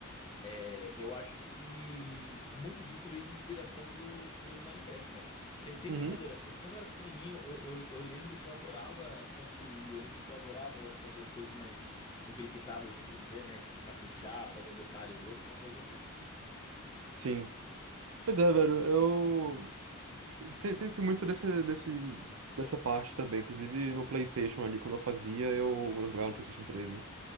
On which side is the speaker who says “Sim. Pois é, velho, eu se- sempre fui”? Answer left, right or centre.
Right